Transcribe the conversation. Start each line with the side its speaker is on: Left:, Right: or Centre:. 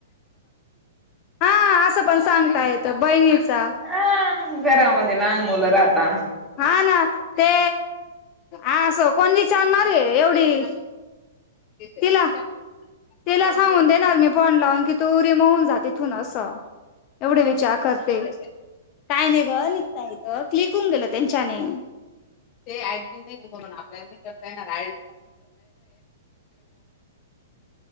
Left: हा असं पण सांगता येत बहिणीच ता,
Centre: ह घरामध्ये लहान मुलं राहता
Left: हा ना. ते, अस कोण विचारणारय एवढी. तीला. तिला सांगून देणार मी फोन लावून की तू रिमूव होऊन जाती थून असं. एवढे विचार करते, काय नाही ग निघता येत. क्लिक होऊन गेलं त्यांच्याने. ते ऍडमिट नाही म्हणून आपल्या करतायणार <unintelligible>